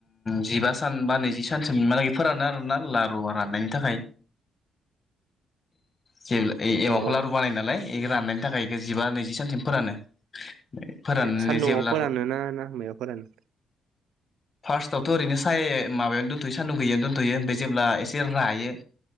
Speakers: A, on the left; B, on the right.
A: जिबा सान सानबा नैजि सानसो फोरानो आरोना लारुवा राननायनि थाखाय जे एमावखौलारु
B: औ औ
A: बानाय नालाय जेखौ राननुनि थाखाय नि थाखाय जिबा नैजि सानसिम फोरानो फोराननानै
B: सान्दुं
A: जेब्ला
B: आव फोरानो ना मा याव फोरानो
A: फार्स्टआवथ' ओरैनो साय माबायावनो दोनथ'यो सान्दुं गैयियावनो दोनथ'यो ओमफ्राय जेब्ला एसे रायो